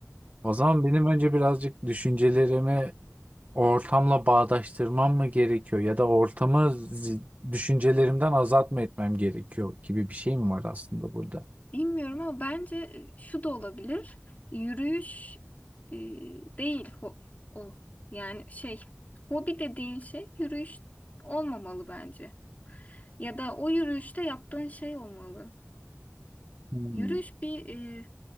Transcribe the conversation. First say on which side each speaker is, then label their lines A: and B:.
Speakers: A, on the right (about 35°); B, on the left (about 30°).
A: O zaman benim önce birazcık düşüncelerimi Ortamla bağdaştırmam mı gerekiyor ya da ortamı zi- düşüncelerimden azat mı etmem gerekiyor gibi bir şey mi var aslında burada?
B: Bilmiyorum ama bence e, şu da olabilir. Yürüyüş e, değil ho- o. Yani şey, hobi dediğin şey yürüyüş olmamalı bence. Ya da o yürüyüşte yaptığın şey olmalı.
A: Hmm.
B: Yürüyüş bir e,